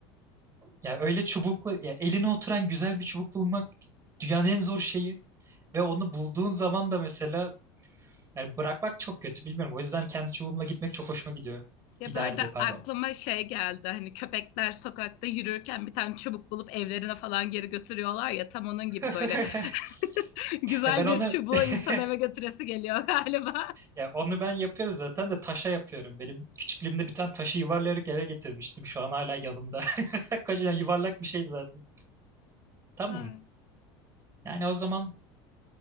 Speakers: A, on the right; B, on the left.
A: ya öyle çubuklu ya eline oturan güzel bir çubuk bulmak dünyanın en zor şeyi ve onu bulduğun zaman da mesela yani bırakmak çok kötü bilmiyorum. O yüzden kendi çubuğumla gitmek çok hoşuma gidiyor.
B: Ya
A: Giderdi
B: böyle
A: pardon.
B: aklıma şey geldi hani köpekler sokakta yürürken bir tane çubuk bulup evlerine falan geri götürüyorlar ya tam onun
A: <laughs>
B: gibi böyle <laughs> güzel
A: Ya ben onu
B: bir çubuğu
A: <laughs>
B: insan eve götüresi geliyor galiba.
A: Ya onu ben yapıyorum zaten de taşa yapıyorum. Benim küçüklüğümde bir tane taşı yuvarlayarak eve getirmiştim. Şu an hala yanımda. <laughs> Kocaman yuvarlak bir şey zaten. Tamam.
B: <laughs> Ay.
A: Yani o zaman